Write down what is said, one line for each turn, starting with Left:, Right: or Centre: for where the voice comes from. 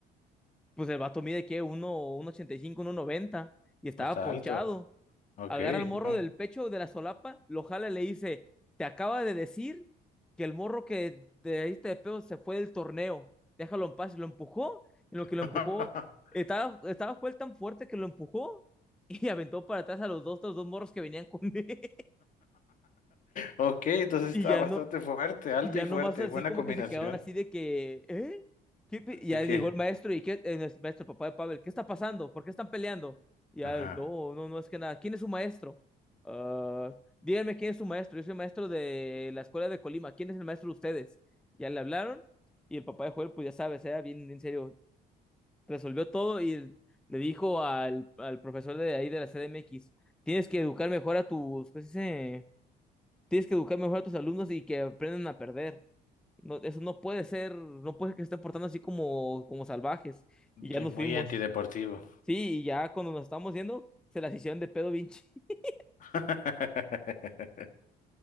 Centre: pues el vato mide que uno, uno ochenta y cinco uno noventa y estaba
Left: No está
Centre: ponchado.
Left: alto. Ok,
Centre: agarra al morro
Left: no.
Centre: del pecho de la solapa, lo jala y le dice, te acaba de decir que el morro que te diste de pedo se fue del torneo, déjalo en paz, y lo empujó, en
Left: <laughs>
Centre: lo que lo empujó, estaba, estaba Joel tan fuerte que lo empujó y <laughs> aventó para atrás a los dos, los dos morros que venían con él
Left: Ok, entonces
Centre: <laughs> y
Left: está
Centre: ya
Left: bastante
Centre: no,
Left: fuerte, alto
Centre: y ya
Left: y fuerte,
Centre: nomás así
Left: buena
Centre: como
Left: combinación.
Centre: que se quedaron así de que, ¿eh? ¿Qué pe-?" Y ya
Left: Ok.
Centre: llegó el maestro y ¿qué? El maestro, papá de Pavel, ¿qué está pasando? ¿Por qué están peleando? Y ya,
Left: Ajá.
Centre: no, no, no es que nada. ¿Quién es su maestro? "Ah, díganme quién es su maestro. Yo soy maestro de la escuela de Colima. ¿Quién es el maestro de ustedes? Ya le hablaron y el papá de Joel, pues ya sabes, era bien en serio. Resolvió todo y le dijo al, al profesor de ahí de la CDMX, tienes que educar mejor a tus, ¿qué se dice? Tienes que educar mejor a tus alumnos y que aprendan a perder. No, eso no puede ser, no puede que se estén portando así como, como salvajes. Y ya
Left: Sí,
Centre: nos
Left: muy
Centre: fuimos.
Left: antideportivo.
Centre: Sí, y ya cuando nos estábamos yendo, se las hicieron de pedo Vinci. <laughs>
Left: <laughs>